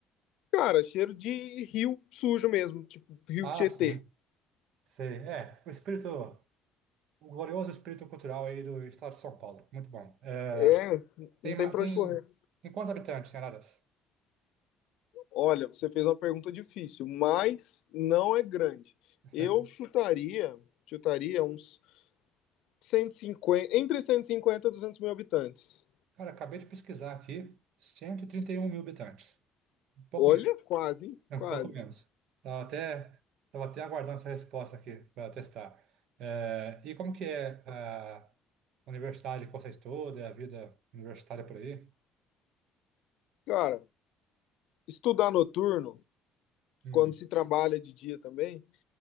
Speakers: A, on the left (about 70°); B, on the right (about 65°).
A: Cara, cheiro de rio sujo mesmo, tipo rio
B: Ah,
A: Tietê.
B: sim. Sei. É, o espírito, o glorioso espírito cultural aí do estado de São Paulo. Muito bom. É,
A: É,
B: Tem,
A: não tem
B: ma-
A: pra
B: tem,
A: onde correr.
B: tem quantos habitantes em Araras?
A: Olha, você fez uma pergunta difícil, mas não é grande.
B: <laughs>
A: Eu chutaria, chutaria uns 150 entre cento e cinquenta e duzentos mil habitantes.
B: Cara, acabei de pesquisar aqui, cento e e trinta e um mil habitantes. Um pouco
A: Olha,
B: menos,
A: quase,
B: <laughs> um
A: quase.
B: pouco menos. Tava até, tava até aguardando essa resposta aqui para testar. É, e como que é a universidade que você estuda, a vida universitária por aí?
A: Cara, estudar noturno,
B: Hum,
A: quando se trabalha de dia também,